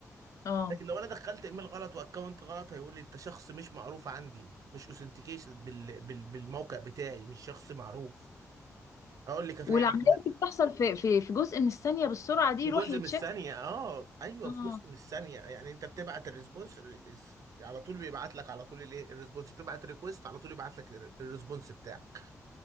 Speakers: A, on the left; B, on the right.
A: اه
B: لكن لو انا دخلت ايميل غلط واكونت غلط هيقول لي انت شخص مش معروف عندي مش اوثنتيكيشن بال... بال... بالموقع بتاعي مش شخص معروف اقول لك افهمك
A: والعمليه
B: أنا
A: دي بتحصل في في في جزء من الثانيه بالسرعه دي
B: في
A: يروح
B: جزء
A: يتشك
B: من الثانيه اه ايوه
A: اه
B: في جزء من الثانيه يعني انت بتبعت الريسبونس الريس- على طول بيبعت لك على طول الايه الريسبونس بتبعت ريكويست على طول يبعت لك الر- الريسبونس بتاعك